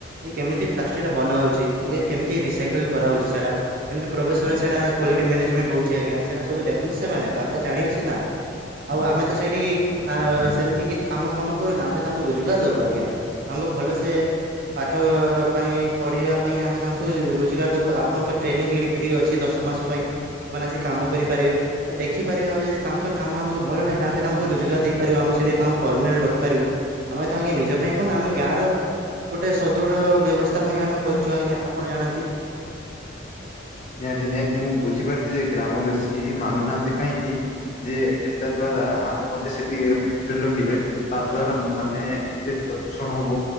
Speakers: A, on the right (about 50°); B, on the left (about 40°).
A: ଯେ କେମିତି ପ୍ଲାଷ୍ଟିକଟା ବନାହେଉଛି କି କେମିତି ରିସାଇକଲ୍ କରାହଉଛି ସେଇଟା। ଏମତି ପ୍ରବେଶରେ ସେଟା କ୍ୱାଲିଟି ମ୍ୟାନେଜମଣ୍ଟ ହଉଛି ଆଜ୍ଞା ସେଟା ସବୁ ଦେ ଖନ୍ତୁ ସେମାନେ ତାପରେ ଜାଣିବେ ସିନା ଆଉ ଆମେ ତ ସେଇଠି ଆ ସେମିତି କିଛି କାମ ଫାମ କରୁନ ଆମେ ତାଙ୍କୁ ରୋଜଗାର ଦେବୁ ଆଜ୍ଞା ତାଙ୍କୁ ଭଲସେ ପାଠ ପାଇଁ ପଢ଼ିବା ପାଇଁ ଆମେ ତାଙ୍କୁ ରୋଜଗାର ଦେବୁ ଆପଣଙ୍କ ଟ୍ରେନିଂ ଏଠି ଫ୍ରି ଅଛି ଦଶ ମାସ ପାଇଁ। ସେମାନେ ଆସି କାମ କରିପାରିବେ ଆଉ ଦେଖିପାରିବେ ଆଉ ଯଦି ତାଙ୍କର କାମ ଆମକୁ ଭଲ ଲାଗିଲା ଆମେ ତାଙ୍କୁ ରୋଜଗାର ଦେଇ ପାରୁ ଆମେ ସେଇଠି ତାଙ୍କୁ ପରମାନେଣ୍ଟ ରଖିପାରୁ ଆମେ ତ ଆଜ୍ଞା ନିଜ ପାଇଁ କୁରୁନେ ଆମେ ଗାଁର ଗୋଟେ ସୁଦୃଢ଼ ବ୍ୟବସ୍ଥା ପାଇଁ ଆମେ କରିଛୁ ଆଜ୍ଞା ଆପଣ ଜାଣନ୍ତି।
B: ନିହାତି ନିହାତି ମୁଁ ବୁଝିପାରୁଚଛି ଯେ ଗ୍ରାମ ବେଶୀ ମାନୁନାହାନ୍ତି। କାହିଁକି ଯେ ଏଟା ଦ୍ଵାରା ଆପଣ ଯଦି ସେଠି ଫ୍ୟାକ୍ଟ୍ରି ଲଗିବେ ତା ଦ୍ଵାରା ମାନେ ଏତେ ପ୍ରଦୂଷଣ ହବ